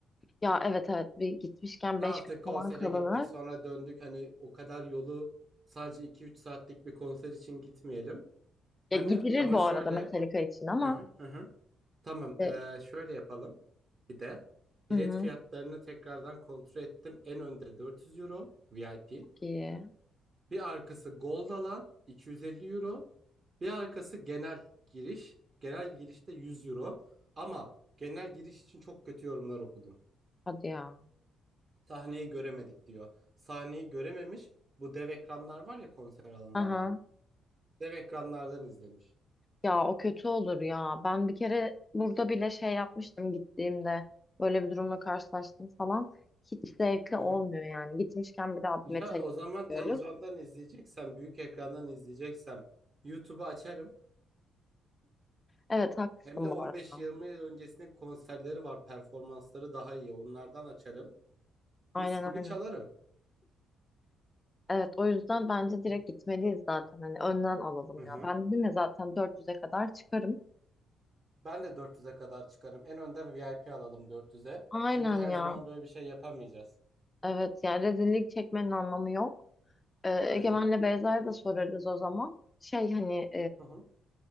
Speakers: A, on the left; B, on the right.
A: Ya evet evet. Bir gitmişken
B: Ne
A: 5
B: yaptık?
A: gün
B: Konsere
A: falan kalınır.
B: gittik, sonra döndük. Hani o kadar yolu sadece iki üç saatlik bir konser için gitmeyelim.
A: Ya
B: Hani
A: gidilir
B: ama
A: bu
B: şöyle.
A: arada Metallica için ama.
B: Hı hı hı. hı. Tamam,
A: E,
B: ee, şöyle yapalım. Bir de
A: hı
B: bilet
A: hı.
B: fiyatlarını tekrardan kontrol ettim. En önde 400 euro VIP.
A: Çok iyi.
B: Bir arkası Gold alan 250 euro. Bir arkası genel giriş. Genel girişte 100 euro. Ama genel giriş için çok kötü yorumlar okudum.
A: Hadi ya.
B: Sahneyi göremedik diyor. Sahneyi görememiş. Bu dev ekranlar var ya konser alanında.
A: Aha.
B: Dev ekranlardan izlemiş.
A: Ya o kötü olur ya. Ben bir kere burada bile şey yapmıştım gittiğimde. Böyle bir durumla karşılaştım falan. Hiç zevkli
B: Hı
A: olmuyor
B: hı.
A: yani. Gitmişken bir daha
B: Ya
A: bir metal
B: o zaman
A: diyoruz.
B: televizyondan izleyeceksem, büyük ekrandan izleyeceksem YouTube'u açarım.
A: Evet haklısın
B: Hem de 15-20
A: bu arada.
B: yıl öncesinin konserleri var, performansları daha iyi. Onlardan açarım.
A: Aynen
B: Mis gibi
A: aynen.
B: çalarım.
A: Evet o yüzden bence direkt
B: Hı
A: gitmeliyiz zaten. Hani önden alalım
B: hı.
A: ya. Ben dedim ya zaten 400'e kadar çıkarım.
B: Ben de 400'e kadar çıkarım. En önden VIP alalım 400'e.
A: Aynen
B: Çünkü her
A: ya.
B: zaman böyle bir şey yapamayacağız.
A: Evet yani rezillik çekmenin anlamı yok. Ee, Egemen'le
B: Hı hı.
A: Beyza'ya da sorarız o zaman. Şey hani
B: Hı hı.